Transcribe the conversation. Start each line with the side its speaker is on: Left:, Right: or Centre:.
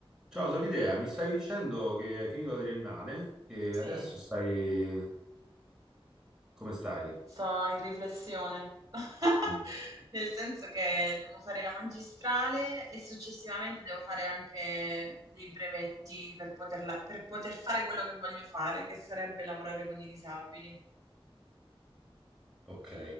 Centre: Ciao Solidea, mi stavi dicendo che hai finito la triennale e
Right: Sì,
Centre: adesso stai... come stai?
Right: sto in riflessione, <laughs>
Centre: Mm.
Right: nel senso che devo fare la magistrale e successivamente devo fare anche dei brevetti per poterla- per poter fare quello che voglio fare, che sarebbe lavorare con i disabili.
Centre: Ok,